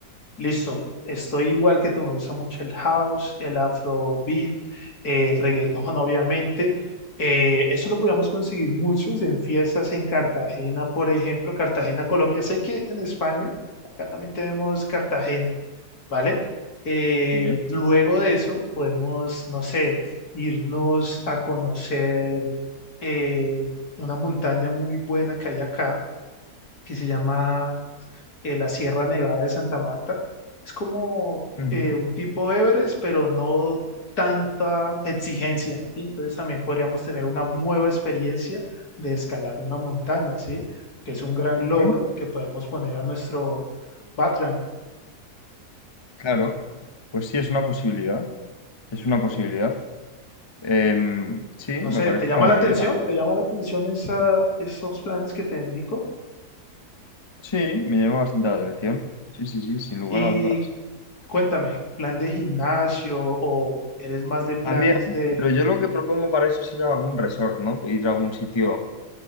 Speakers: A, on the left; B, on the left.
A: Listo, estoy igual que tú, me gusta mucho el house, el afrobeat, eh, el reggaetón, obviamente. Eh, eso lo podíamos conseguir muchos en fiestas en Cartagena, por ejemplo, Cartagena, Colombia. Sé que en España, acá también tenemos Cartagena, ¿vale? Eh,
B: Sí.
A: luego de eso podemos, no sé, irnos a conocer eh, una montaña muy buena que hay acá, que se llama eh, la Sierra Nevada de Santa Marta. Es como
B: Ujú,
A: eh, un tipo Everest, pero no tanta exigencia, ¿sí? Entonces también podríamos tener una nueva experiencia de escalar una montaña, ¿sí? Que es un gran
B: ujú,
A: logro que podemos poner a nuestro background.
B: Claro. Pues sí, es una posibilidad. Es una posibilidad. Em, sí,
A: No
B: me
A: sé,
B: parece
A: ¿te llama
B: una buena
A: la atención?
B: idea.
A: ¿Te llama la atención esa, esos planes que te indico?
B: Sí, me llama bastante la atención. Sí, sí, sí, sin lugar
A: Y
B: a dudas.
A: cuéntame, ¿plan de gimnasio o eres más de planes
B: También,
A: de
B: pero yo lo que propongo para eso es ir a algún resort, ¿no? Ir a algún sitio,